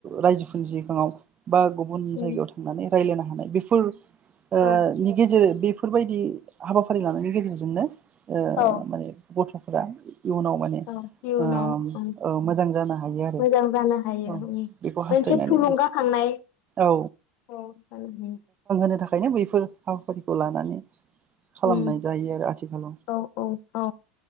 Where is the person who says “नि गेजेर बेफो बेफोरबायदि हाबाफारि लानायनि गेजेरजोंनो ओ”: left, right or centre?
Right